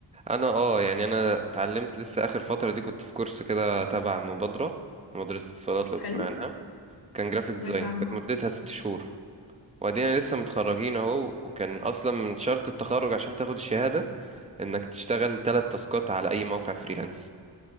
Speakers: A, on the right (about 15°); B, on the left (about 55°).
A: انا اه يعني انا اتعلمت لسه اخر فترة دي كنت في كورس كده تبع مبادرة مبادرة اتصالات لو تسمع
B: حلو
A: عنها كان جرافيك
B: سمعت
A: ديزاين
B: عنها
A: كانت
B: اه
A: مدتها ست شهور وادينا لسه متخرجين اهو وكان اصلا من شرط التخرج عشان تاخد الشهاده انك تشتغل تلات تاسكات على اي موقع فريلانس